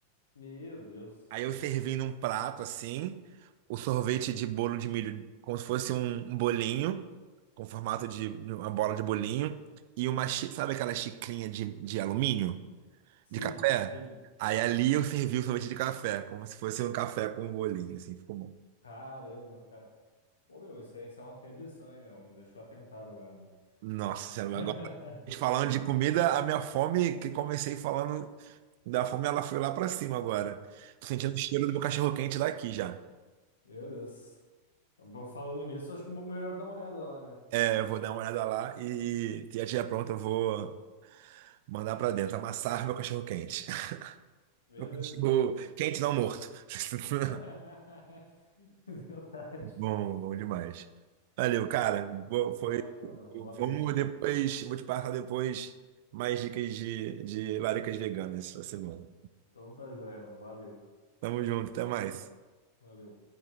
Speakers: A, on the left; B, on the right.
A: Meu Deus.
B: Aí eu servi num prato assim, o sorvete de bolo de milho, como se fosse um um bolinho, com formato de de uma bola de bolinho, e uma, chi- sabe aquela xicrinha de, de alumínio,
A: Sim,
B: de café?
A: sim.
B: Aí ali eu servi o sorvete de café, como se fosse um café com um bolinho, assim, ficou bom.
A: Caramba, cara. Ô, meu, isso aí, isso é uma perdição, hein, meu? Me deixou atentado agora, mano.
B: Nossa Senhora,
A: <laughs>
B: agora a gente falando de comida, a minha fome, que comecei falando da fome, ela foi lá pra cima agora. Tô sentindo o cheiro do meu cachorro quente daqui já.
A: Meu Deus. Bom, Falando nisso, acho que é melhor dar uma olhada lá, né?
B: É, eu vou dar uma olhada lá e, e a tia pronta, eu vou. Mandar pra dentro, amassar meu cachorro quente. <laughs>
A: Beleza,
B: Meu cachorro
A: então, mano.
B: quente não morto. <laughs>
A: <laughs> Verdade.
B: Bom, bom demais. Valeu, cara. Boa,
A: Valeu,
B: Foi.
A: mano. Uma boa noite
B: Vamos
A: aí.
B: depois, vou te passar depois mais dicas de, de laricas veganas essa semana.
A: Então tá joia, mano. Valeu.
B: Tamo junto, até mais.
A: Valeu.